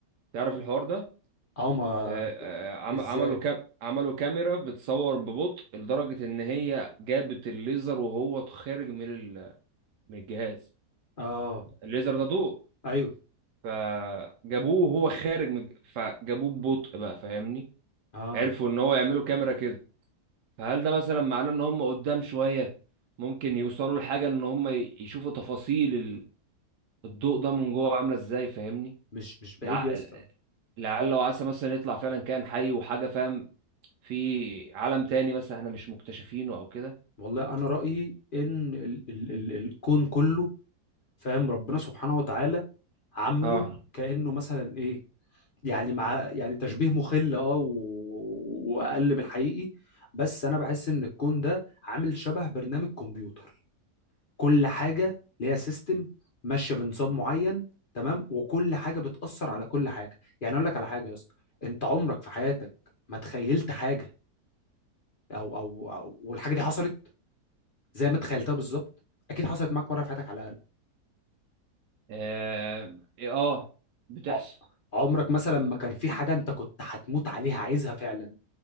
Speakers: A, on the right; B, on the left.
A: تعرف الحوار ده
B: اه ما
A: آه، آه، عم-
B: ازاي
A: عملوا كام عملوا كاميرا بتصور ببطء لدرجة ان هي جابت الليزر وهو خارج من ال- من الجهاز
B: اه
A: الليزر ده ضوء
B: ايوه
A: فجابوه وهو خارج من فجابوه ببطء بقى فاهمني
B: اه
A: عرفوا ان هو يعملوا كاميرا كده فهل ده مثلا معناه ان هم قدام شوية ممكن يوصلوا لحاجة ان هم ي- يشوفوا تفاصيل ال- الضوء ده من جوه عاملة ازاي فاهمني
B: مش مش بعيد
A: لع-
B: يا اسطى
A: لعل وعسى مثلا يطلع فعلا كائن حي وحاجة فاهم في عالم تاني مثلا احنا مش مكتشفينه او كده
B: والله انا رايي ان ال ال ال الكون كله فاهم ربنا سبحانه وتعالى عامله
A: اه
B: كانه مثلا ايه يعني مع يعني تشبيه مخل اه و... واقل من الحقيقي بس انا بحس ان الكون ده عامل شبه برنامج كمبيوتر كل حاجه ليها سيستم ماشيه بنظام معين تمام وكل حاجه بتاثر على كل حاجه يعني اقول لك على حاجه يا اسطى انت عمرك في حياتك ما تخيلت حاجه او او او والحاجه دي حصلت زي ما تخيلتها بالظبط اكيد حصلت معاك مره في حياتك على الاقل
A: اه, آه بتحصل
B: ع- عمرك مثلا ما كان في حاجه انت كنت هتموت عليها عايزها فعلا